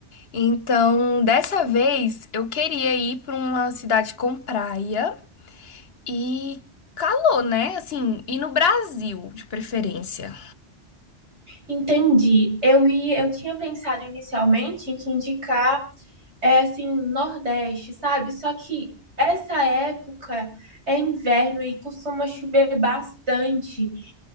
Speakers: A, on the left; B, on the right.
A: Então, dessa vez eu queria ir pra uma cidade com praia e calor, né? Assim, e no Brasil, de preferência.
B: Entendi. Eu ia, eu tinha pensado inicialmente em te indicar é assim, Nordeste, sabe? Só que essa época é inverno e costuma chover bastante.